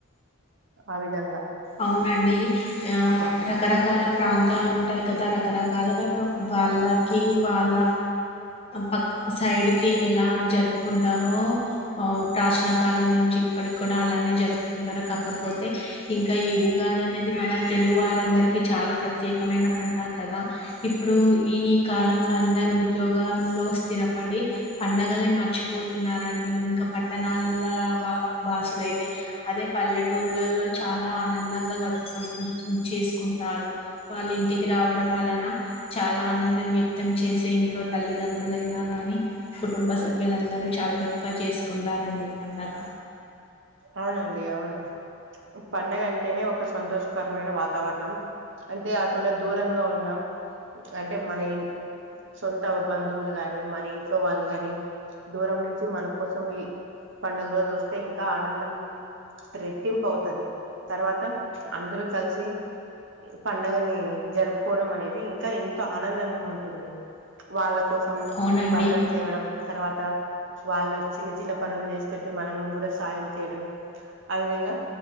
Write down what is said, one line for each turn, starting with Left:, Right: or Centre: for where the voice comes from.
Right: ఆ విధంగా
Left: అవునండి. ఆ రకరకాల ప్రాంతాలు ఉంటాయి. కదా రకరకాలుగా వాళ్ళకి వాళ్ళ పక్ సైడ్కి ఎలా జరుపుకుంటారో, ఆ ప్రాచీన కాలం నుంచి ఇప్పటికి కూడా అలానే జరుపుకుంటారు. కాకపోతే ఇంకా ఈ ఉగాది అనేది మన తెలుగువారందరికీ చాలా ప్రత్యేకమైన పండగ కదా. ఇప్పుడు ఈ కాలంలో అందరు ఉద్యోగంలో స్థిరపడి పండగలే మర్చిపోతున్నారండి. ఇంకా పట్టణాల వాల వాసులయితే అదే పల్లెటూళ్లలో చాలా ఆనందంగా గడుపుకు చేసుకుంటారు. వాళ్ళ ఇంటికి రావడం వలన చాలా ఆనందం వ్యక్తం చేసి, ఇంట్లో తల్లిదండ్రులైనా గాని, కుటుంబ సభ్యులందరూ చాలా చక్కగా చేసుకుంటారండి పండగ.
Right: అవునండి. అవును పండగ అంటేనే ఒక సంతోషకరమైన వాతావరణం. అంతే కాకుండా దూరంగ ఉన్నాం. అంటే మనఇం సొంత బంధువులు గాని మన ఇంట్లో వాళ్ళు కాని దూరం నుంచి మన కోసం ఈ పండుగ రోజు వస్తే ఇంకా ఆనందం ధాం రెట్టింపు అవుతది తర్వాత అందరూ కలిసి పండగని జరుపుకోవడం అనేది ఇంకా ఎంతో ఆనందంగా ఉంటుంది వాళ్ళ కోసం
Left: అవునండి
Right: బట్టలు తేవడం తర్వాత వాళ్ళు చిన్న చిన్న పనులు చేస్తుంటే మనం కూడా సాయం చేయడం ఆ విధంగా